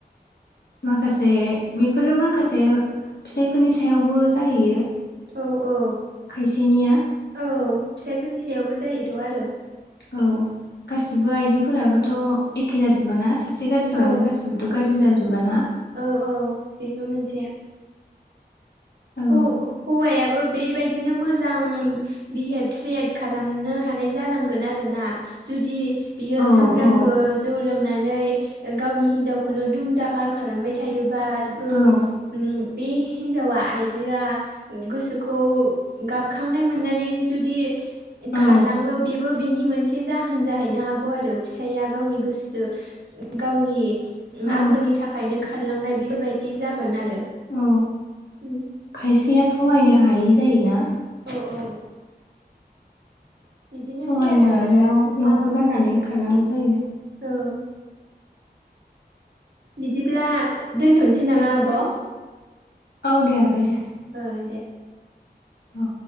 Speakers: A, on the left; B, on the right.
A: माखासे बेफोरो माखासे फिसाइफोरनि सायावबो जाहैयो।
B: औ औ
A: खायसेनिया
B: औ फिसाइफोरनि सायावबो जायोथ' आरो।
A: औ गासिबो आइजोफोराबोथ' एखे जाजोब ना। सासे गाज्रिबानो
B: औ
A: गासिबोथ' गाज्रि जाजोबाना।
B: औ औ बेबो मोनसे।
A: औ
B: हौ-हौवाया बो बेबायदिनो मोजां बिहेभ क्रियेट खालामनो हानाय जानांगोन आरोना। जुदि बियो
A: औ
B: सानफ्रोमबो
A: औ
B: जौ लोंनानै गावनि हिनजावखौनो दुम दाखा खालामबाय थायोबाबो
A: औ
B: उम बे हिनजावा आय दिया गोसोखौ गाबखांनाय मोननानै जुदि
A: औ
B: खारलाङो बेबो बिनि मोनसे जाहोन जाहैनो हागौ आरो फिसाया गावनि गोसो गावनि
A: औ
B: आखलनि थाखायनो खारलांनाय बेफोरबायदि जागोन आरो।
A: औ
B: उम
A: खायसेया सहायनो हायै जायोना।
B: औ। बिदिनोसै
A: सहायनो
B: आरो
A: हायियाव
B: दाथ'
A: न'खर
B: मा बुंबावनो।
A: गारनानै खारनांगौ जायो
B: औ बिदिब्ला दोनथ'नोसै नामा आब'?
A: औ दे आगै दे।
B: ओ दे
A: औ।